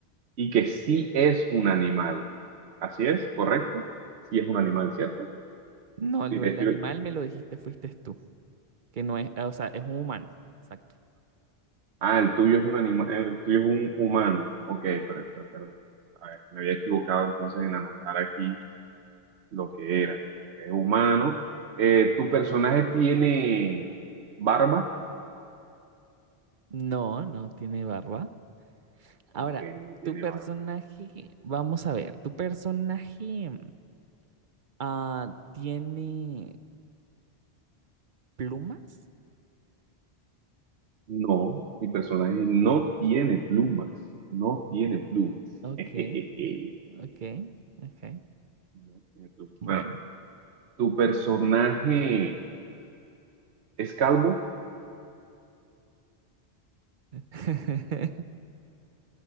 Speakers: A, on the right; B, on the right.
A: y que sí es un animal. Así es, correcto. Sí es un animal, ¿cierto?
B: No, lo
A: Sí,
B: del
A: estoy-
B: animal me lo dijiste, fuiste tú, que no es, eh, o sea, es un humano, exacto.
A: ah, el tuyo es un animal, el tuyo es un humano. Ok, per- per- perdón. A ver, me había equivocado entonces en anotar aquí lo que era. Pues es humano. Eh, ¿tu personaje tiene barba?
B: No, no tiene barba.
A: Ok,
B: Ahora,
A: no tiene
B: tu personaje,
A: barba.
B: vamos a ver, tu personaje. Ah, ¿tiene plumas?
A: No, mi personaje no tiene plumas. No tiene plumas.
B: Ok,
A: <laughs> Jejeje,
B: ok, ok.
A: No tiene plumas.
B: Bueno.
A: Bueno, ¿tu personaje es calvo?
B: <laughs>